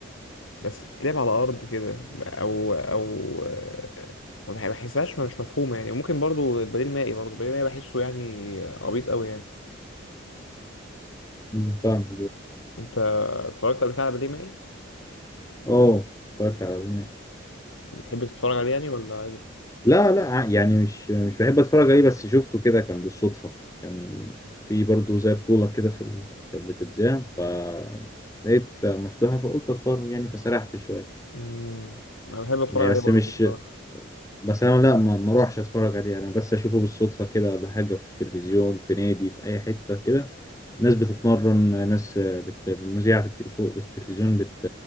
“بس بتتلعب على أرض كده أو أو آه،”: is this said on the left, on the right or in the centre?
Left